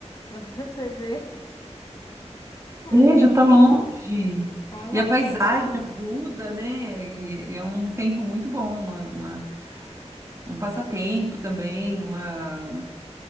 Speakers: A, on the left (about 35°); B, on the right (about 25°).
A: Quando <laughs> você vê. Ah,
B: É,
A: isso
B: já
A: é
B: tá
A: muito
B: longe.
A: bom. Tá longe.
B: E a paisagem ajuda, né? E é um tempo muito bom, uma, uma- um passatempo também, uma,